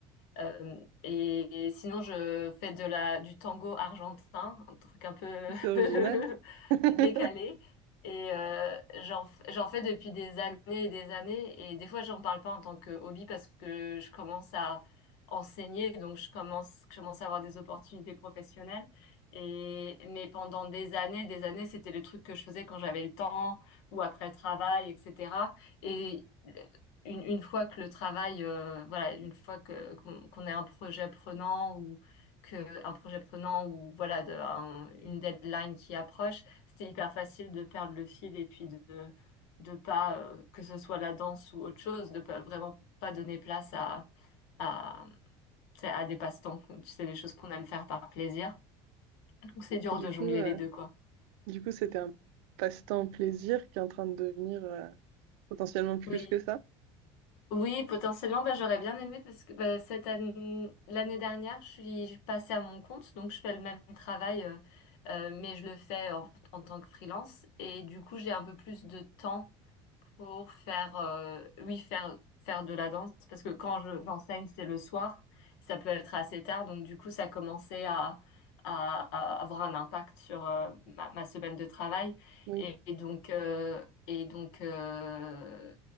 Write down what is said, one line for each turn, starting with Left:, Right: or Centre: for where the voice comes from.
Left: Euh, et, et sinon, je fais de la du tango argentin, un truc un peu
Right: c'est original.
Left: <laughs>
Right: <laughs>
Left: décalé. Et euh, j'en, f- j'en fais depuis des années et des années. Et des fois, j'en parle pas en tant que hobby parce que je commence à enseigner, donc je commence, je commence à avoir des opportunités professionnelles. Et, mais pendant des années, des années, c'était le truc que je faisais quand j'avais le temps ou après le travail, etc. Et une, une fois que le travail, euh, voilà, une fois que qu'on qu'on ait un projet prenant ou que un projet prenant ou voilà de, un- une deadline qui approche c'était hyper facile de perdre le fil et puis de de pas euh, que ce soit la danse ou autre chose, de pas vraiment pas donner place à à tu sais, à des passe-temps, qu'on- tu sais, des choses qu'on aime faire par plaisir. Donc c'est dur
Right: Et du
Left: de jongler
Right: coup, euh,
Left: les deux quoi.
Right: du coup, c'était un passe-temps plaisir qui est en train de devenir euh, potentiellement plus
Left: Oui.
Right: que ça.
Left: Oui, potentiellement, bah, j'aurais bien aimé parce que bah, cette année, l'année dernière, je suis passée à mon compte, donc je fais le même travail, euh, euh, mais je le fais en, en tant que freelance. Et du coup, j'ai un peu plus de temps pour faire, euh, oui, faire, faire de la danse, parce que quand je- j'enseigne, c'est le soir, ça peut être assez tard, donc du coup, ça commençait à, à, à avoir un impact sur euh, ma, ma semaine de travail.
Right: Oui.
Left: Et, et donc, euh, et donc, euh,